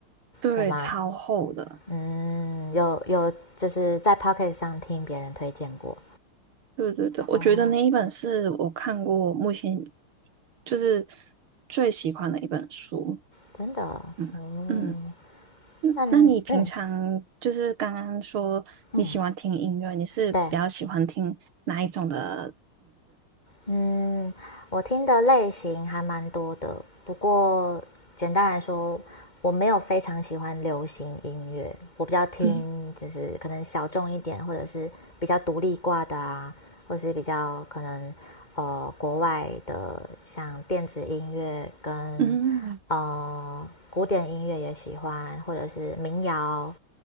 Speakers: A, on the right; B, on the left.
A: 对，
B: 对吗？
A: 超厚的。
B: 嗯，有有，就是在 Pocket 上听别人推荐过
A: 对对对，我觉得那一本是我看过目前
B: 哦，
A: 就是最喜欢的一本书。
B: 真的
A: 嗯嗯，
B: 哦，
A: 嗯那你平常就是刚刚说你喜欢听音乐，
B: 那嗯嗯嗯
A: 你是比较喜欢听哪一种的？
B: 对，嗯，我听的类型还蛮多的，不过简单来说，我没有非常喜欢流行音乐，我比较听就是可能小众一点，
A: 嗯
B: 或者是比较独立挂的啊，或是比较可能呃国外的，像电子音乐跟
A: 嗯
B: 呃古典音乐也喜欢，或者是民谣